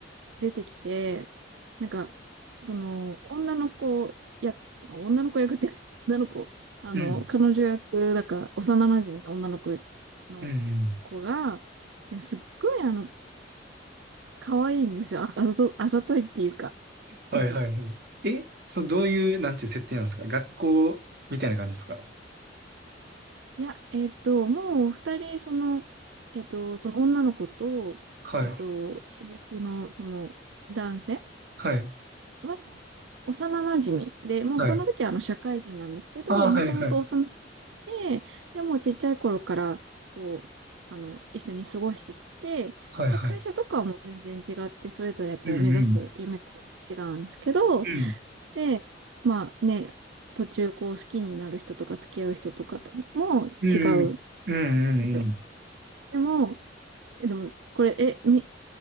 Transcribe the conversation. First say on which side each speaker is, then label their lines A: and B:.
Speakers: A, on the right (about 80°); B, on the right (about 60°).
A: 出てきて、なんか、その女の子や、女の子役っていうか、<laughs> 女の子、あの、
B: うん。
A: 彼女役、だから幼馴染の女の子の子が、
B: うんうん。
A: いやすっごいあの、可愛いんですよ。あ、あざと、あざといっていうか、
B: はいはいは
A: なんか、
B: い。え、そうどういう、なんていう設定なんですか学校みたいな感じですか
A: いや、えっと、もう二人、その、えっと、その女の子と、
B: はい。
A: えっと、主役のその男性
B: はい。
A: は幼馴染で、もうその時はあの社会人なんですけど、
B: はい。ああ、
A: もともと幼馴
B: はいはい。
A: 染で、でもうちっちゃい頃から、こう、あの、一緒に過ごしてきて、
B: はいはい。
A: で、会社とかはもう全然違って、それぞれこう目指す夢とかも違うんですけど、
B: うんうん。うん。
A: で、まあね、途中こう好きになる人とか付き合う人とかとも違う
B: うんうん。うんうんうん。
A: ですよ。でも、え、でも、これ、え、み、